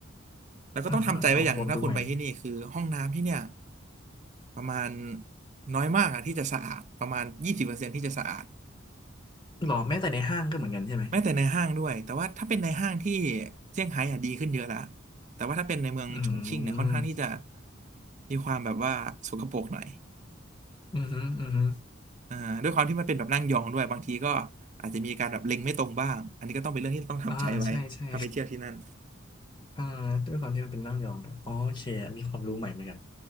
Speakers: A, on the right (about 35°); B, on the left (about 25°).
A: แล้วก็ต้องทำใจไว้อย่างหนึ่งถ้าคุณไปที่นี่คือห้องน้ำที่เนี่ย
B: อ่าฮะอ่าฮะโอ้โความรู้ใหม่เลย
A: ประมาณน้อยมากอะที่จะสะอาดประมาณยี่สิบเปอร์เซ็นต์ที่จะสะอาด
B: หรอแม้แต่ในห้างก็เหมือนกันใช่ไหม
A: แม้แต่ในห้างด้วยแต่ว่าถ้าเป็นในห้างที่เซี่ยงไฮ้อะดีขึ้นเยอะละแต่ว่าถ้าเป็นในเมืองฉงชิ่งเนี่ยค่อนข้างที่จะ
B: อืม
A: มีความแบบว่าสกปรกหน่อย
B: อืมอหืมออือหือ
A: อ่าด้วยความที่มันเป็นแบบนั่งยองด้วยบางทีก็อาจจะมีการแบบเล็งไม่ตรงบ้างอันนี้ก็ต้องเป็นเรื่องที่ต้องทำใจไว้ถ้าไปเที่ยวที่นั่น
B: อ่าใช่ใช่ อ่าด้วยความที่มันเป็นนั่งยองด้วยอ๋อโอเคอันนี้ความรู้ใหม่เหมือนกัน